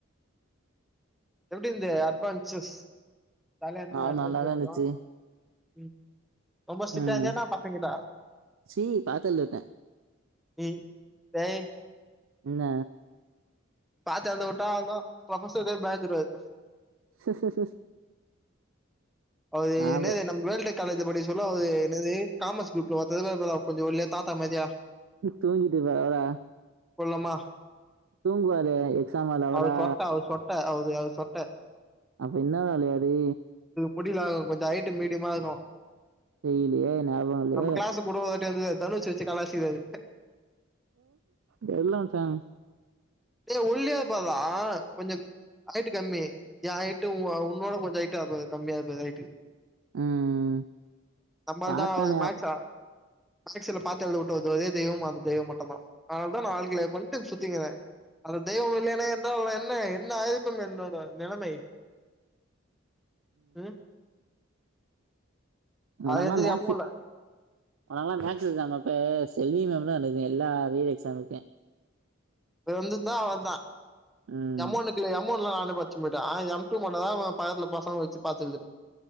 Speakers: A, in the centre; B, on the right.
A: எப்டிந்து அட்வான்ச்சர்ஸ் ஜாலியா இருந்ததா
B: ஆ
A: அட்வென்சர்ஸ்
B: நல்லாதா இருந்துச்சு
A: டான் ம் ரொம்ப ஸ்ட்ரிக்ட்டா
B: ம்
A: இருந்தியான்னா பசங்கிட்ட
B: சீ பாத்துழுதுட்டே
A: இ தை
B: என்ன
A: பாத்து அத உட்டா அவ்ள்தா போக சொல்வே பயந்துருவாரு
B: சு சு சு
A: அது
B: ஆவு
A: என்னது நம் வேல் டெக் காலேஜ்ல படிக்க சொல்லு அவூது என்னது காமர்ஸ் குரூப்ல ‌ஒர்த்தர் இர்ந்தார் பார்டா கொஞ்சோ ஒல்லியா தாத்த மாரியே
B: தூங்கிட்டு இருப்பாரோ அவ்ரா
A: குள்ளமா
B: தூங்குவாரு எக்ஸாம் ஹால்ல அவரா
A: அவர் சொட்ட அவர் சொட்ட அவுது அவுது சொட்ட
B: அப்ப இன்னேர் ஆளூ யாரூ
A: முடிலாதவுங் கொஞ்சோ ஹயிட்டு மீடியமா இருக்கோ
B: தெர்லிலேயே ஞாபகோ வர்லியே
A: கிளாஸு கூட ஒரு வாட்டி வந்து தனுஷ் வெச்சு கலாய்ச்சிக்ராரு
B: வல்லவன் சாங்
A: இல்ல ஒல்லியா இருப்பா அவ கொஞ்சோ ஹயிட்டு கம்மி எயா ஹயிட்டு உ உன்னோட கொஞ்சோ ஹட்டு கம்மியா இருப்பாரு ஹயிட்டு
B: ம்
A: நம்மால்
B: பாத்தா
A: தா அவளுக்கு
B: ஞாப்
A: மேக்சா மேக்ஸ் அதுல பாத் எழுவுட்ட வந்த ஒரே தெய்வம் அந்த தெய்வம் மட்டுதா அதனாலாதா நா ஆல் க்ளியர் பண்ணிட்டு சுத்தின்கிறே அந்த தெய்வோ இல்லேனா என்றால் என்ன என்ன ஆயிருக்கு என்னோட நிலைமை ம்
B: உனக்குனா
A: அத எடுத்தது
B: மேக்ஸு
A: எம்ஒன்ல
B: உனக்குனா மேக்ஸ் எக்ஸாம் அப்ப செல்வி மேம் தா என எல்லா ரீல் எக்ஸாமுக்கே
A: இப்ப இருந்திருந்தா வந்துதா அவர்தா
B: ம்
A: எம் ஒன்னுக் நீங்க எம் ஒன்லா நானே பச்சின் போய்டே ஆனா எம் டூ மட்டு தா பக்கத்துல பசங்க வெச்சி வெச்சி பாத்து எழுதுன